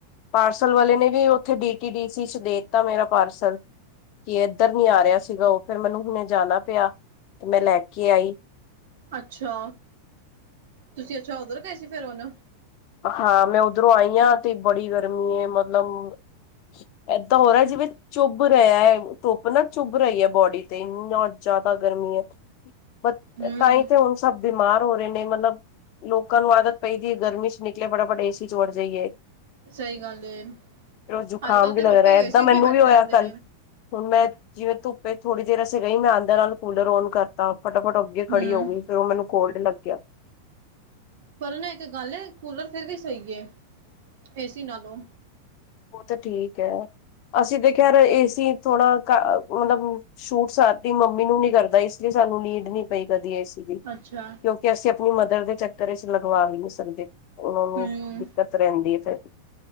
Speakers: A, on the left (about 40°); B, on the right (about 55°).
A: ਪਾਰਸਲ ਵਾਲੇ ਨੇ ਵੀ ਉੱਥੇ ਡੀ ਟੀ ਡੀ ਸੀ ਦੇ ਤਾਂ ਮੇਰਾ ਪਾਰਸਲ ਕਿ ਇੱਧਰ ਨੀ ਆ ਰਿਹਾ ਸੀਗਾ, ਉਹ ਫੇਰ ਮੈਨੂੰ ਹੁਣੇ ਜਾਣਾ ਪਿਆ। ਤੇ ਮੈਂ ਲੈ ਕੇ ਆਈ,
B: ਅੱਛਾ, ਤੁਸੀਂ ਅੱਛਾ, ਉਧਰ ਗਏ ਸੀ ਫਿਰ ਹੁਣ,
A: ਹਾਂ ਮੈਂ ਉੱਧਰੋਂ ਆਈ ਆ, ਤੇ ਬੜੀ ਗਰਮੀ ਏ, ਮਤਲਬ ਏਦਾਂ ਹੋ ਰਿਹਾ ਜਿਵੇਂ ਚੁੱਭ ਰਿਆ ਐ, ਧੁੱਪ ਨਾ ਚੁੱਭ ਰਈ ਐ, ਬੋਡੀ ਤੇ ਇੰਨਾ ਜਾਦਾ ਗਰਮੀ ਐ। ਬ
B: ਹਮ
A: ਤਾਂਈ ਤੇ ਹੁਣ ਸਭ ਬਿਮਾਰ ਹੋ ਰਏ ਨੇ, ਮਤਲਬ ਲੋਕਾਂ ਨੂੰ ਆਦਤ ਪਈ ਦੀ ਏ ਗਰਮੀ ਚ, ਨਿਕਲੇ ਫਟਾ-ਫਟ ਏ ਸੀ ਚ ਵੜ ਜਾਈਏ,
B: ਸਹੀ ਗੱਲ ਏ
A: ਜ਼ੁਕਾਮ
B: ਅੱਜ ਕੱਲ੍ਹ
A: ਵੀ
B: ਤੇ
A: ਲੱਗ
B: ਲੋਕੀ
A: ਰਿਹਾ, ਏਦਾਂ
B: ਏਸੀ
A: ਮੈਨੂੰ
B: ਚ ਹੀ ਬੈਠੇ
A: ਵੀ ਹੋਇਆ
B: ਰਹਿੰਦੇ
A: ਕੱਲ
B: ਨੇ
A: ਹੁਣ ਮੈਂ ਜਿਵੇਂ ਧੁੱਪੇ ਏ ਥੋੜੀ ਦੇਰ ਅਸੀਂ ਗਈ, ਮੈਂ ਅੰਦਰ ਨਾਲ ਕੂਲਰ ਔਨ ਕਰ ਤਾਂ ਫਟਾ- ਫੱਟ ਅੱਗੇ ਖੜੀ
B: ਹੂੰ,
A: ਹੋਗੀ, ਫਿਰ ਮੈਨੂੰ ਕੋਲਡ ਲੱਗਿਆ।
B: ਪਰ ਨਾ ਇੱਕ ਗੱਲ ਹੈ, ਕੂਲਰ ਫਿਰ ਵੀ ਸਹੀ ਐ ਏਸੀ ਨਾਲੋਂ।
A: ਉਹ ਤਾਂ ਠੀਕ ਹੈ, ਅਸੀਂ ਤਾਂ ਖੈਰ ਏਸੀ ਥੋੜਾ ਘ ਮਤਲਬ ਛੂਟ ਸਤੀ ਮੰਮੀ ਨੂੰ ਨੀ ਕਰਦਾ, ਇਸ ਲਈ ਸਾਨੂੰ ਨੀਦ ਨੀ ਪਈ ਕਦੀ ਇਸ ਕਿਉਂਕਿ
B: ਅੱਛਾ।
A: ਅਸੀਂ ਆਪਣੀ ਮਦਰ ਦੇ ਚੱਕਰ ਵਿੱਚ ਲਗਵਾ ਵੀ ਨਹੀਂ ਸਕਦੇ। ਉਹਨਾਂ ਨੂੰ
B: ਹੂੰ,
A: ਦਿੱਕਤ ਰਹਿੰਦੀ ਹੈ ਫਿਰ।